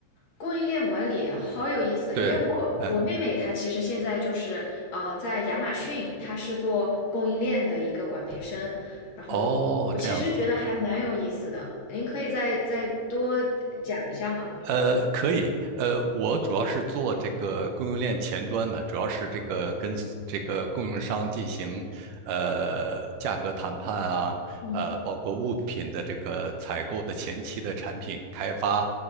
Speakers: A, on the left; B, on the right.
A: 供应链管理好有意思，
B: 对，
A: 因为我我妹妹她其实现在就是嗯、
B: 嗯，
A: 呃在亚马逊，她是做供应链的一个管培生，然后我其实觉得还蛮有意思的，
B: 哦，这样子，
A: 您可以再再多讲一下吗？
B: 呃，可以，呃，我主要是做这个供应链前端的，主要是这个跟 s- 这个供应商进行呃价格谈判啊，
A: 嗯。
B: 呃，包括物品的这个采购的前期的产品开发，